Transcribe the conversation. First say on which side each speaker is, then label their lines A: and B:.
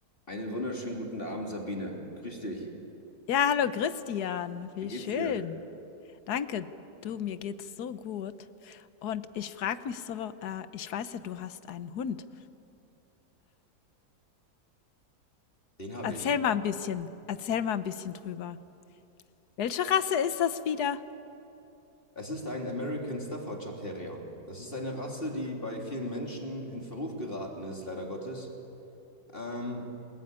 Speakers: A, on the left (about 35°); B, on the left (about 75°).
A: Einen wunderschönen guten Abend, Sabine. Grüß dich.
B: Ja, hallo Christian, wie
A: Wie geht's
B: schön.
A: dir?
B: Danke, du, mir geht's so gut. Und ich frage mich so, äh, ich weiß ja, du hast einen Hund.
A: Den habe
B: Erzähl
A: ich.
B: mal ein bisschen, erzähl mal ein bisschen drüber. Welche Rasse ist das wieder?
A: Es ist ein American Staffordshire Terrier. Das ist eine Rasse, die bei vielen Menschen in Verruf geraten ist, leider Gottes, ähm,